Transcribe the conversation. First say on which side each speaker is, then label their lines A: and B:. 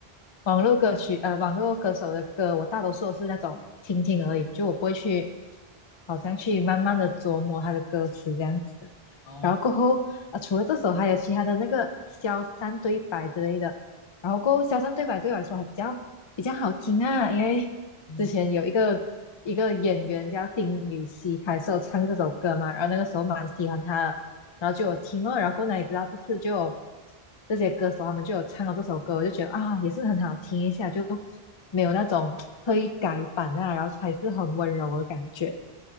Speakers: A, on the left; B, on the left.
A: 网络歌曲，呃，网络歌手的歌，我大多数都是那种听听而已，就我不会去，好像去慢慢的琢磨他的歌词这样子。
B: 哦，
A: 然后过后，
B: 哦
A: 啊，呃除了这首，还有其他的那个消散对白之类的。然后过后，消散对白对我来说还比较比较好听啊，因为之前有一个一个演员叫丁禹兮，
B: 嗯。
A: 他也是有唱这首歌嘛，然后那个时候蛮喜欢他的，然后就有听哦，然后过来也知道这次就有这些歌手他们就有唱了这首歌，我就觉得啊也是很好听一下，就没有那种特意改版啊，然后还是很温柔的感觉。